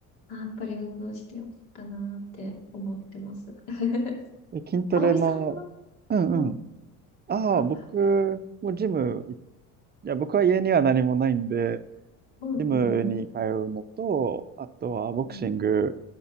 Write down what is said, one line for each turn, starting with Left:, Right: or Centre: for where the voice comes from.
Left: あ、やっぱり運動してよかったなーって思ってます。<laughs>
Right: <laughs> で筋トレの、
Left: 葵さんは
Right: うんうん。
Left: うん。
Right: ああ、
Left: あ、
Right: 僕もジム、いや、僕は家には何もないんで、
Left: うんうんうん。
Right: ジムに通うのと、あとはボクシング、
Left: うん